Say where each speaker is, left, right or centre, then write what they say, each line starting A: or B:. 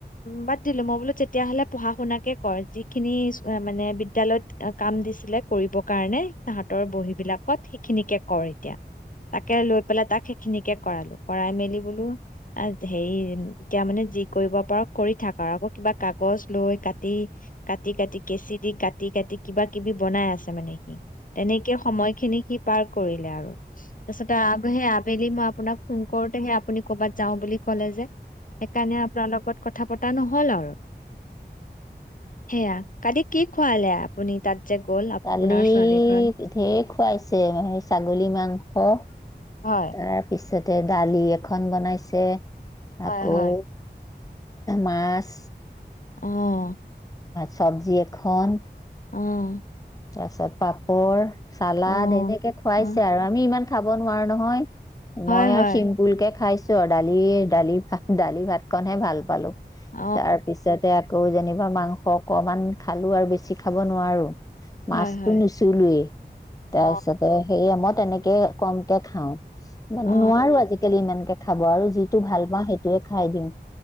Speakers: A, on the left; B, on the left.
A: বাদ দিলোঁ। মই বোলো তেতিয়াহলে পঢ়া শুনাকে কৰ, যিখিনি মানে বিদ্যালয়ত কাম দিছিলে কৰিব। কাৰণে তাহাতৰ বহী বিলাকত খিনিকে কৰ এতিয়া। তাকে লৈ পেলাই তাক। সেইখিনিকে কৰালোঁ, কৰাই মেলি বোলো। আ, হেৰি এতিয়া মানে যি কৰিব পাৰোঁ কৰি থাক আৰু আকৌ কিবা কাগজ লৈ কাটি কাটি-কাটি কেঁচি দি কাটি-কাটি কিবা কিবি বনাই আছে মানে। তেনেকে সময়খিনি। সি পাৰ কৰিলে আৰু। তাৰপিছতে আগহে আবেলি মই আপোনাক ফোন কৰোতে সেই আপুনি। ক'ৰবাত যাও বুলি ক'লে যে, সেইকাৰণে আপোনাৰ লগত কথা পতা নহ'ল আৰু। সেয়া। কালি কি খুৱালে আপুনি তাত? যে গ'ল আপোনাৰ
B: কালি
A: ছোৱালীখন
B: ধেৰ খুৱাইছে সেই ছাগলী মাংস।
A: হয়
B: তাৰপিছত। তে দালি এখন বনাইছে।
A: হয়
B: আকৌ।
A: হয়
B: মাছ।
A: অ'।
B: চব্জি এখন।
A: অ'।
B: তাৰপিছত পাপৰ। চালাদ
A: অ
B: এনেকে খুৱাইছে
A: অ
B: আৰু আমি ইমান খাব নোৱাৰো নহয়।
A: হয়
B: মই আৰু
A: হয়
B: চিম্পুল কে খাইছোঁ। দালিৰ দালি ভাত দালি ভাতকনহে ভাল পালো।
A: অ
B: তাৰ পিছতে আকৌ জেনিবা। মাংস অকমান খালো আৰু বেছি খাব নোৱাৰো।
A: হয়
B: মাছটো
A: হয়
B: নুচুলোৱেই,
A: অ
B: তাৰপিছতে সেই মই তেনেকে এ কমকে খাওঁ। ইমান
A: অ
B: নোৱাৰো আজিকালি ইমানকে। খাব আৰু যিটো ভাল পাওঁ সেইটোয়ে খাই দিওঁ